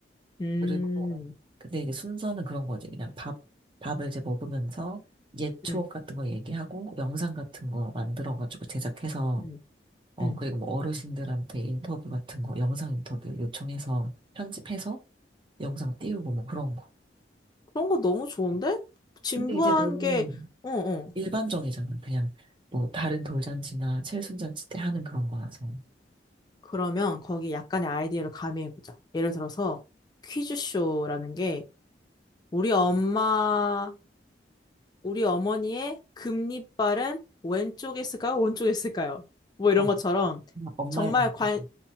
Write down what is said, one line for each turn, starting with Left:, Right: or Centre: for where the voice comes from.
Left: 음,
Right: 그리고, 어, 근데 이게 순서는 그런 거지. 그냥 밥, 밥을 이제 먹으면서 옛 추억
Left: 음,
Right: 같은 거 얘기하고, 영상 같은 거 만들어가지고 제작해서
Left: 음,
Right: 어,
Left: 음.
Right: 그리고 뭐 어르신들한테 인터뷰 같은 거, 영상 인터뷰 요청해서 편집해서 영상 띄우고 뭐 그런 거.
Left: 그런 거 너무 좋은데? 진부한
Right: 근데 이제 너무
Left: 게, 어, 어.
Right: 일반적이잖아. 그냥 뭐 다른 돌잔치나 칠순잔치 때 하는 그런 거라서.
Left: 그러면 거기 약간의 아이디어를 가미해보자. 예를 들어서 퀴즈쇼라는 게 우리 엄마, 우리 어머니의 금리빨은 왼쪽에 있을까요? 오른쪽에 있을까요? 뭐 이런
Right: 어,
Left: 것처럼
Right: 엄마- 엄마의
Left: 정말
Right: 잔치도.
Left: 관,